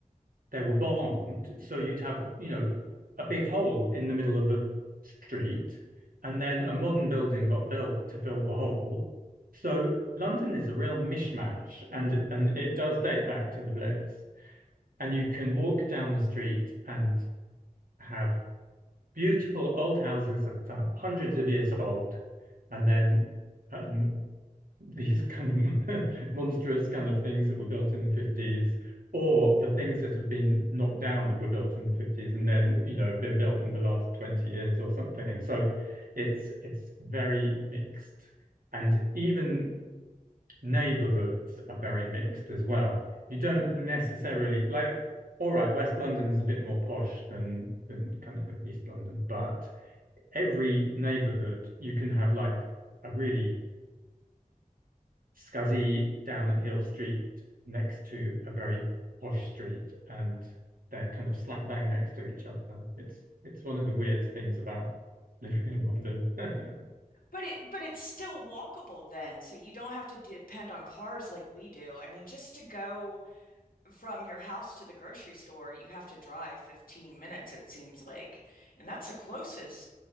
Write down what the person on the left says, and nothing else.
but it but it's still walkable then, so you don't have to depend on cars like we do. I mean, just to go from your house to the grocery store, you have to drive 15 minutes, it seems like. And that's the closest